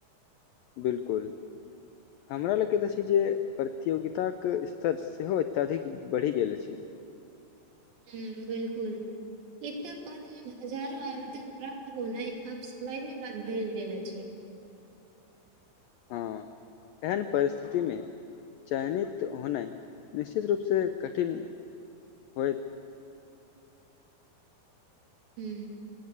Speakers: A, on the left; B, on the right.
A: बिल्कुल
B: <inaudible>
A: हमरा लगके तऽ छै जे प्रतियोगिताके स्तर सेहो अत्यधिक बढ़ि गेल अछि
B: ह्म बिल्कुल एतपद हजारो आवेदन प्राप्त होनाइ आब सामान्य बाद भै गेल अछि
A: हँ एहन परिस्थिति मे चयनित होना निश्चित रूपसँ कठिन होयत
B: ह्म